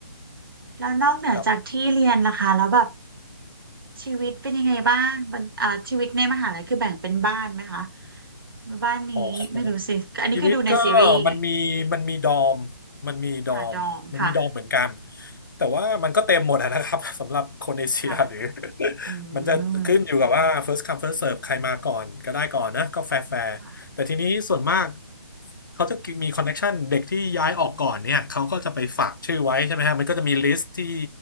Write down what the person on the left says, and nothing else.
ครับ
อ๋อ ชีวิตก็มันมีมันมีดอมมันมีดอมมันมีดอมเหมือนกัน
แต่ว่ามันก็เต็มหมดอะนะครับ <laughs> สำหรับคนเอเชียหรือ
<laughs>
มันจะขึ้นอยู่กับว่า
first come first serve ใครมาก่อนก็ได้ก่อนนะก็แฟร์แฟร์แต่ทีนี้ส่วนมาก
เขาจะมีคอนเน c t ชันเด็กที่ย้ายออกก่อนเนี่ยเขาก็จะไปฝากชื่อไว้ใช่ไหมฮะมันก็จะมีลิสต์ที่